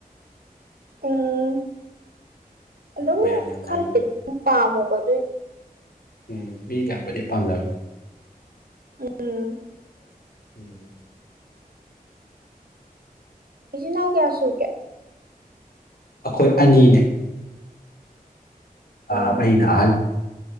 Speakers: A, on the right (about 80°); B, on the left (about 80°).
A: ꯎꯝ ꯑꯗꯨꯝ
B: ꯌꯥꯝ ꯃꯌꯥꯝ ꯌꯥꯝ
A: ꯈꯪꯝ
B: ꯉꯥꯡꯗꯦ
A: ꯄꯥꯝꯃꯣ ꯀ
B: ꯎꯝ ꯃꯤ ꯌꯥꯝꯕꯨꯗꯤ ꯄꯥꯝꯅꯕꯅꯦ
A: <unintelligible>
B: ꯎꯝ
A: ꯏꯁꯤ ꯅꯅꯥꯎ ꯀꯌꯥꯁꯨꯨꯒꯌꯥ
B: ꯑꯩꯈꯣꯏ ꯑꯅꯤꯅꯦ ꯑ
A: ꯎꯝ
B: ꯑꯩꯅ ꯑꯍꯜ